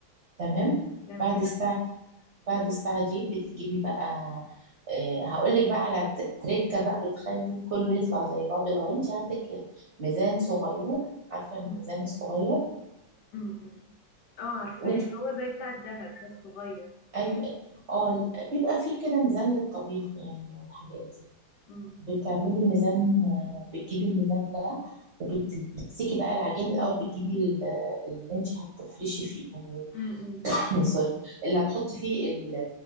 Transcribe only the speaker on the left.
تمام
امم
امم امم. اه عارفاه
اللي هو زي بتاع الدهب ده الصغير
امم
امم امم